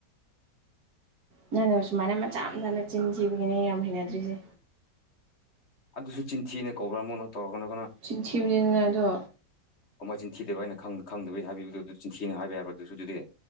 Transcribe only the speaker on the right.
ꯅꯪꯅ ꯁꯨꯃꯥꯏꯅ ꯃꯆꯥ ꯃꯆꯥ ꯅꯆꯤꯟꯊꯤꯕꯒꯤꯅꯦ ꯑꯩ ꯌꯥꯝ ꯍꯩꯅꯗ꯭ꯔꯤꯁꯦ
ꯆꯤꯟ ꯊꯤꯕꯅꯤꯅ ꯑꯗꯣ